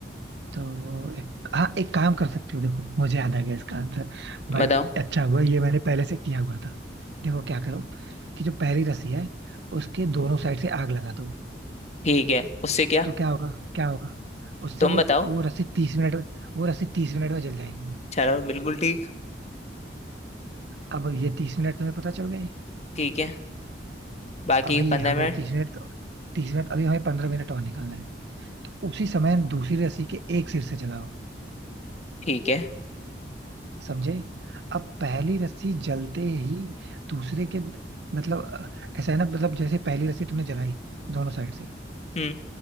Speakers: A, on the right; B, on the left.
A: तो एक, हाँ एक काम कर सकती हो देखो मुझे याद आ गया इसका आंसर भाई
B: बताओ
A: अच्छा हुआ ये मैंने पहले से किया हुआ था देखो क्या करो कि जो पहली रस्सी है उसके दोनों साइड से आग लगा दो
B: ठीक है उससे क्या
A: तो क्या होगा क्या होगा उससे
B: तुम
A: वो
B: बताओ
A: वो रस्सी तीस मिनट में वो रस्सी तीस मिनट में जल जाएगी
B: चलो बिल्कुल ठीक
A: अब ये तीस मिनट तुम्हें पता चल गए
B: ठीक है बाकी
A: अभी
B: पंद्रह
A: हमें
B: मिनट
A: तीस मिनट तीस मिनट अभी हमें पंद्रह मिनट और निकालना है तो उसी समय दूसरी रस्सी के एक सिर से जलाओ
B: ठीक है
A: समझे अब पहली रस्सी जलते ही दूसरे के मतलब अ, ऐसा है ना मतलब जैसे पहली रस्सी तुमने जलाई दोनों साइड से
B: हम्म